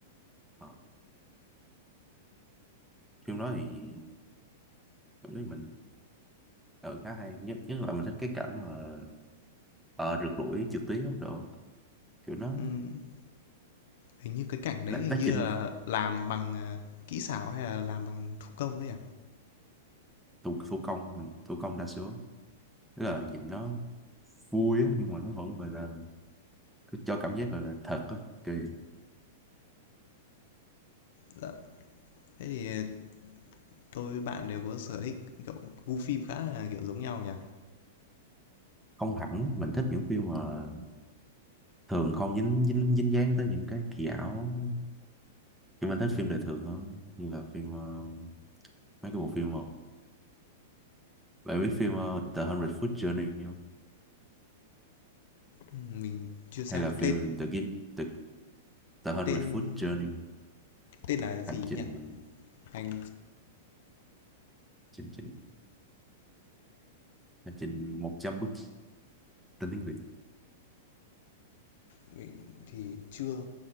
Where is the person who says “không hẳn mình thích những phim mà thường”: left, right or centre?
Centre